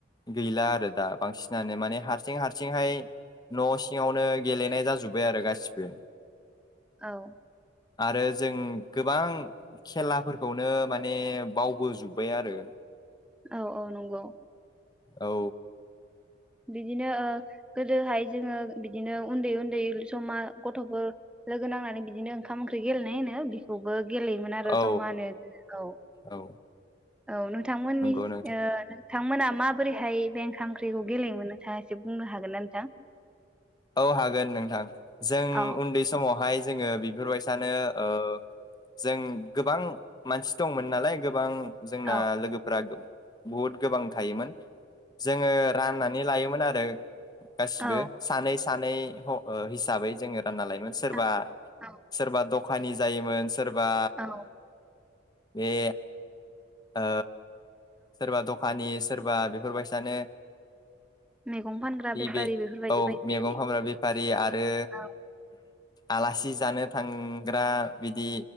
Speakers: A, on the left (about 20°); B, in the centre.
A: गैला आरो दा बांसिनानो माने हार हारसिं हारसिंहाय न' सिङावनो गेलेनाय जाजोबबाय आरो गासिबो
B: औ
A: आरो जों गोबां खेलाफोरखौनो माने बावबोजोबबाय आरो
B: औ औ नंगौ
A: औ
B: बिदिनो ओ गोदोहाय जोङो बिदिनो उनदै उनदै ज'मा गथ'फोर लोगो नांनानै बिदिनो ओंखाम-ओंख्रि गेलेनाय होनो बेखौबो गेलेयोमोन आरो
A: औ
B: ज'मानो औ
A: औ
B: औ नोंथांमोननि
A: नंगौ नोंथां
B: ओ नोंथांमोना माबोरैहाय बे ओंखाम ओंख्रिखौ गेलेयोमोन नोंथाङा एसे बुंनो हागोन ना नोंथां?
A: औ हागोन नोंथां जों
B: औ
A: उनदै समावहाय जोङो बिफोरबायसानो ओ जों गोबां मानसि दंमोन नालाय गोबां जोंना
B: औ
A: लोगोफोरा गो बहुद गोबां थायोमोन जोङो राननानै लायो मोन आरो गासिबो
B: औ
A: सानै सानै ह ओ हिसाबै जोङो ना लायोमोन सोरबा
B: औ औ
A: सोरबा दख खानि जायोमोन सोर बा
B: औ
A: बे ओ सोरबा दखानि सोरबा बेफोरबायसानो
B: मैगं फानग्रा
A: बि
B: बेफारि
A: बे
B: बेफोरबायदि
A: औ
B: बायदि बायदि
A: मेगं फानग्रा बेफारि आरो
B: औ
A: आलासि जानो थांग्रा बिदि